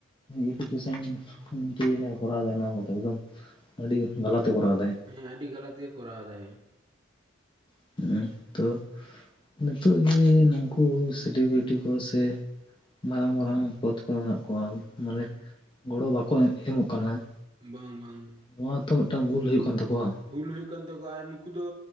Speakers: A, on the left; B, on the right.
A: ᱮᱰᱩᱠᱮᱥᱚᱱ ᱢᱚᱱᱛᱤᱨᱤ ᱡᱟᱦᱟ ᱠᱚᱨᱟᱣ ᱫᱟᱭ ᱱᱚᱣᱟ ᱠᱚᱫᱚ ᱮᱠᱫᱚᱢ ᱟᱹᱰᱤ ᱜᱟᱞᱟᱛ ᱮ ᱠᱚᱨᱟᱣ ᱫᱟᱭ ᱾
B: ᱦᱮᱸ ᱟᱹᱰᱤ ᱜᱟᱞᱟᱛ ᱜᱮᱭ ᱠᱚᱨᱟᱣ ᱫᱟᱭ ᱾
A: <unintelligible> ᱱᱤᱛᱚᱜ ᱡᱮ ᱱᱩᱠᱩ ᱥᱤᱞᱤᱵᱤᱨᱤᱴᱤ ᱠᱚ ᱥᱮ ᱢᱟᱨᱟᱝ ᱢᱟᱨᱟᱝ ᱯᱚᱫᱽ ᱠᱚ ᱢᱮᱱᱟᱜ ᱠᱚᱣᱟ ᱢᱟᱱᱮ
B: ᱦᱩᱸ
A: ᱜᱚᱲᱚ ᱵᱟᱠᱚ ᱮᱢᱚᱜ ᱠᱟᱱᱟ ᱾
B: ᱵᱟᱝ ᱵᱟᱝ ᱾
A: ᱱᱚᱣᱟ ᱛᱚ ᱢᱤᱫᱴᱟᱝ ᱵᱷᱩᱞ ᱦᱩᱭᱩᱜ ᱠᱟᱱ ᱛᱟᱠᱚᱣᱟ ᱾
B: ᱵᱷᱩᱞ ᱦᱩᱭᱩᱜ ᱠᱟᱱ ᱛᱟᱠᱚᱣᱟ ᱟᱨ ᱱᱩᱠᱩ ᱫᱚ